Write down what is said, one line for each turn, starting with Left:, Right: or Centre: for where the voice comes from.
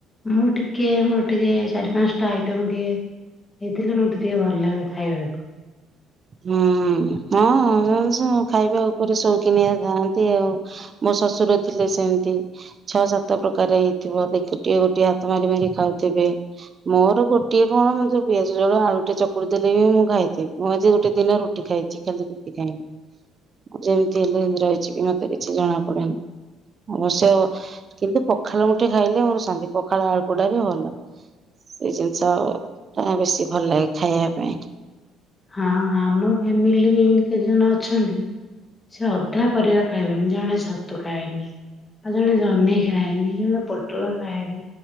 Left: ମୁଁ ଟିକେ ମୋର ଟିକେ ଚାରି ପାଞ୍ଚ ଟା ଆଇଟମ ଟିକେ ହେଇଥିଲେ ମତେ ଟିକେ ଭଲ ଲାଗେ ଖାଇବାକୁ।
Right: ହୁଁ ହଁ <unintelligible> ଖାଇବା ଉପରେ ସଉକିନିଆ ଥାଆନ୍ତି ଆଉ ମୋ ଶଶୁର ଥିଲେ ସେମ ନ୍ତି ଛଅ ସାତ ପ୍ରକାର ହେଇ ଥିବ ଟିକେ ଗୋଟିଏ ହାତ ମାରି ମାରି ଖାଉଥିବେ ମୋର ଗୋଟିଏ କଣ ମ ଯ ପିଆଜ ଜଳ ଆଳୁ ଟେ ଚକୁଡି ଦେଲେ ବି ମୁଁ ଖାଇଦେବି ମୁଁ ଆଜି ଗୋଟେ ଦିନ ରୁଟି ଖାଇଛି ଖାଲି କିଛି ଖାଇନି ଯେମିତି ହେଲେ ରହିଯିବି ମତେ କିଛି ଜଣା ପଡେନି। ଅବଶ୍ୟ କିନ୍ତୁ ପଖାଳ ସେଠେ ଖାଇଲେ ମୋର ଶାନ୍ତି ପଖାଳ ଆଳୁପୋଡ଼ା ବି ଭଲ ସେଇ ଜିନିଷ ଟା ବେଶୀ ଭଲ ଲାଗେ ଖାଇବା ପାଇଁ।
Left: ହଁ ଆମ ଫ୍ୟାମିଲି ବି ଏମତି କେତେ ଜଣ ଅଛନ୍ତି ସେ ଅଧା ପରିବା ଖାଇବେନି ଜଣେ ଛତୁ ଖାଏନି ବା ଜଣେ ଜହ୍ନେଇ ଖାଏନି ଜଣେ ପୋଟଳ ଖାଏନି